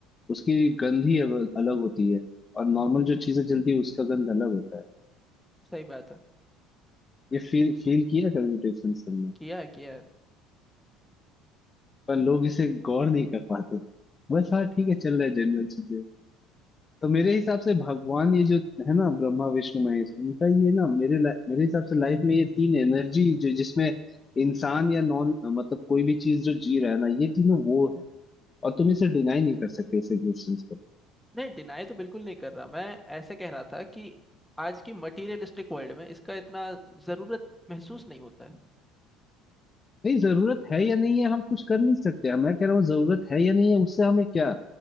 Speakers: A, on the left; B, in the centre.
A: उसकी गंध ही अग- अलग होती है और नॉर्मल जो चीजें जलती है उसका गंध अलग होता है
B: सही बात है
A: ये फील फील किया कभी डिफरेंस तुमने
B: किया है किया है
A: पर लोग इसे गौर नहीं कर पाते बस हाँ ठीक है चल रहा है जनरल चीजें तो मेरे हिसाब से भगवान ये जो है ना ब्रह्मा विष्णु महेश उनका ये ना मेरे ला- मेरे हिसाब से लाइफ में ये तीन एनर्जी जो जिसमें इंसान या नॉन मतलब कोई भी चीज जो जी रहा है ना ये तीनों वो है और तुम इसे डिनाई नहीं कर सकते इस एग्जिस्टेंस को
B: नहीं डिनाई तो बिल्कुल नहीं कर रहा मैं ऐसे कह रहा था कि आज की मटेरियलिस्टिक वर्ल्ड में इसका इतना जरूरत महसूस नहीं होता है
A: नहीं जरूरत है या नहीं है हम कुछ कर नहीं सकते हम मैं कह रहा हूँ जरूरत है या नहीं है उससे हमें क्या